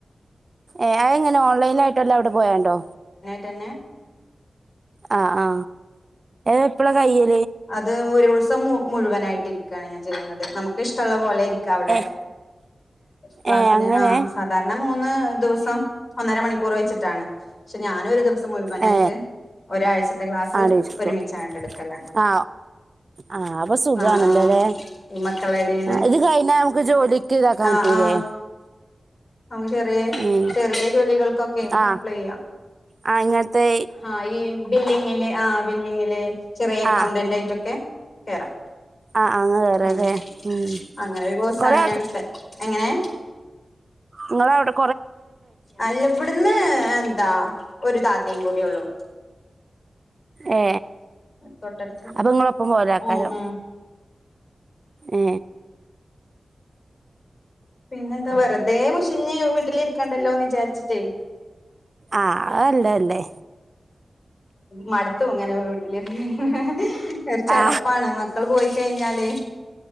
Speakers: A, on the right; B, on the left.
A: ഏ അഎങ്ങനെ ഓൺലൈനായ്ട്ടോ അല്ലേ അവിടെ പോയണ്ടോ
B: ട്ടന്നെ
A: ആ ആ എപ്പളാ കൈയ്യ
B: അത് ഒരു ദിവസം മുഴുവനായിട്ട് ഇരിക്കണ് ഞാൻ ചെയ്യ്ണത് നമുക്ക് ഇഷ്ടള്ള പോലെ ഇരിക് ക്ക വിടെ
A: ഏഹ്
B: ക്ലാസിന്
A: ഏ അങ്ങനെ
B: ആ സാധാര്ണ മൂന്ന് ദിവസം ഒന്നര മണിക്കൂർ വെച്ചിട്ടാണ് പക്ഷെ ഞാനും ഒരു ദിവസ മുഴുവനായിട്ട്
A: ഏ
B: ഒരാഴ്ചത്തെ ഗ്ലാസ്സ്
A: ആടിരിക്കും
B: ഒരുമിച്ചാണ്ട്ട് എടുക്കല
A: ആ ആ അപ്പൊ സുഖാണല്ലോല്ലേ
B: ആ ആ മക്കള് എന്തെയ്ന്ന്
A: ഇത് കഴിഞ്ഞാ നമുക്ക് ജോലിക്ക് ഇതാക്കാൻ
B: ആ
A: പറ്റൂലേ
B: ആ നമുക്ക് ചെറിയ
A: ഉം
B: ചെറിയ ജോലികൾക്കൊക്കെ
A: ആ
B: അപ്ലൈ ചെയ്യാം
A: ആ ഇങ്ങനത്തെ
B: ആ ഈ ബില്ലിങ്ങില് ആ ബില്ലിങ്ങിലെ ചെറിയ അക്കൗണ്ടന്റ്
A: ആ
B: ആയിട്ടൊക്കെ കേറാം
A: ആ അങ്ങ് കേറാല്ലേ
B: ഉം
A: ഉം
B: അങ്ങനെ ഒരു കോഴ്സ്ആണ്
A: കൊറേ
B: ഞാൻ എടുത്തെ എങ്ങനെ
A: നിങ്ങളവിട
B: അല്ല ഇവിടുന്ന് എന്താ ഒരു താത്തേയും കൂടി ഉള്ളൂ
A: ഏ
B: തൊട്ടടുത്ത്
A: അപ്പൊ നിങ്ങളൊപ്പം പോരആക്കാരോ
B: ഉം ഉം
A: ഏ
B: പിന്നെന്താ വെറുതെ മുഷിഞ്ഞ് വീട്ടിലിരിക്കണ്ടല്ലോന്ന് വിചാരി ച്ച്ട്ടെന്
A: ആ അല്ലേല്ലേ
B: മടത്തു ഇങ്ങനെ പോ വീട്ടില് ഇരുന്ന് ഇരുന്ന് ഒരു ചടപ്പാണ്
A: ആ
B: മക്കള് പോയിക്കഴിഞ്ഞാല്